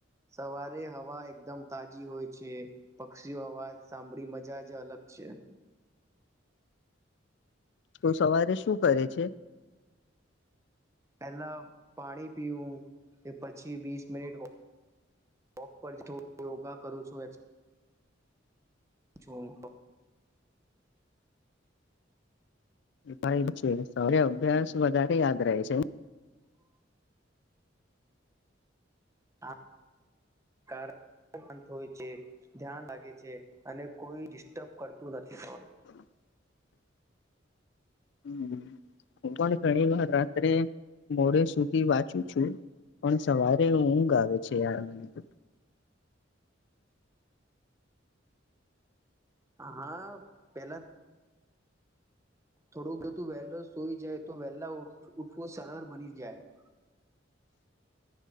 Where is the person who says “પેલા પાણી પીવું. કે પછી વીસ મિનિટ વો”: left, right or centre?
Right